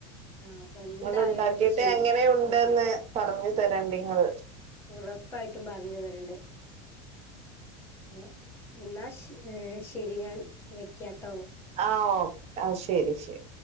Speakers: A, on the left; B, on the right.
A: ആഹ് അപ്പൊ എന്തായാലും
B: ന്നട്ട് ഉണ്ടാക്കിട്ട്
A: ഒന്ന് ചെയ്ത്
B: എങ്ങനെ ഉണ്ടെന്ന്
A: നോക്കണം
B: പറഞ്ഞു തരണ്ടി ഇങ്ങൾ
A: ഉറപ്പായിട്ടും പറഞ്ഞു തരണ്ട് ഏഹ് എന്നാ ശ് ശരി ഞാൻ വയ്ക്കാട്ടോ
B: ആഹ് ഓഹ് ശരി ശരി